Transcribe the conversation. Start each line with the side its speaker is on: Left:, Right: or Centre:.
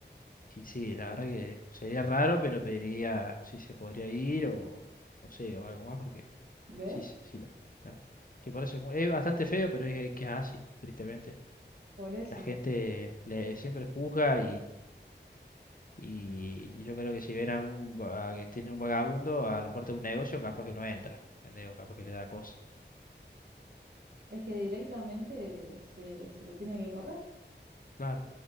Left: Y sí, la verdad que sería raro, pero pediría si se podría ir o no sé, o algo más, porque
Right: ¿Ves?
Left: sí, sí, sí. La, la- que por eso es, muy- es bastante feo, pero es que es así, tristemente.
Right: Por eso.
Left: La gente le siempre juzga Y yo creo que si ven a un va- a que tiene un vagabundo a la puerta de un negocio, capaz que no entra, ¿entendés? O capaz que le da cosas.
Right: Es que directamente se, se lo tiene que correr,
Left: Claro,